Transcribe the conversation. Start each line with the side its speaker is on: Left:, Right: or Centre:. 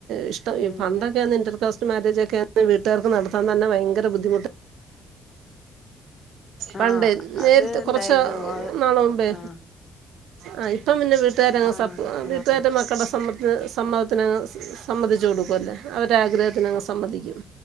Right: ഇഷ്ടം
Left: പിന്നെ
Right: പണ്ടൊക്കെന്ന ഇന്റർക്ക മാരേജൊക്കെ വീട്ടാർക്ക് നടത്താൻ തന്നെ ഭയങ്കര ബുദ്ധിമുട്ട പണ്ട്
Left: ആഹ്
Right: നേരെത്തെ
Left: അത്
Right: കൊറച്ച്
Left: ഉണ്ടായിരുന്നു ആഹ്
Right: നാള മുമ്പെ
Left: ആഹ്
Right: ആഹ് ഇപ്പം പിന്നെ വീട്ട് വീട്ടുകാരങ്ങ്
Left: ആഹ്
Right: സപ്പ
Left: ആഹ്
Right: വീട്ടുകാരുടെ മക്കൾ ടെ സമ്മത്ത് സമ്മതത്തിനങ്ങ് സമ്മതിച്ചു കൊടുക്കും അല്ലേ. അവരെ ആഗ്രഹത്തിനങ്ങ് സമ്മതിക്കും